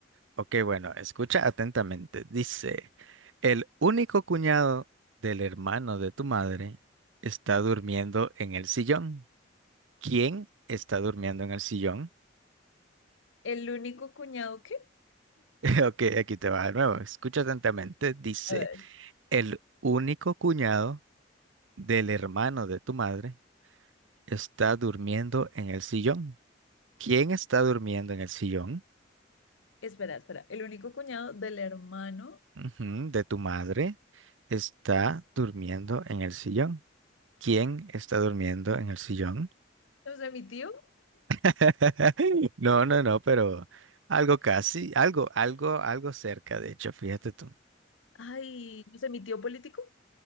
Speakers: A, on the right; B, on the left.
A: Ok, bueno, escucha atentamente. Dice, el único cuñado del hermano de tu madre está durmiendo en el sillón. ¿Quién está durmiendo en el sillón?
B: El único cuñado que...
A: <laughs> Ok, aquí te va de nuevo. Escucha atentamente. Dice,
B: A ver,
A: el único cuñado del hermano de tu madre está durmiendo en el sillón. ¿Quién está durmiendo en el sillón?
B: espera, espera. El único cuñado del hermano,
A: Ujú, de tu madre está durmiendo en el sillón. ¿Quién está durmiendo en el sillón?
B: no sé, mi tío.
A: <laughs> No, no, no, pero algo casi, algo, algo, algo cerca, de hecho, fíjate tú.
B: Ay, no sé, mi tío político.